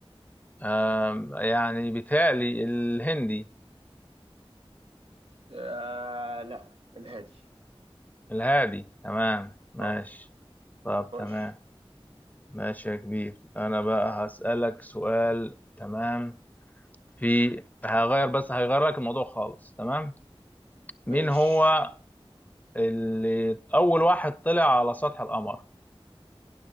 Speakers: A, on the left; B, on the right.
A: آه يعني بيتهيألي الهندي
B: آه لا الهادي
A: الهادي تمام ماشي
B: اه
A: طب
B: خش
A: تمام ماشي يا كبير انا بقى هسألك سؤال تمام في هغير بس هغير لك الموضوع خالص تمام
B: مش
A: مين هو اللي اول واحد طلع على سطح القمر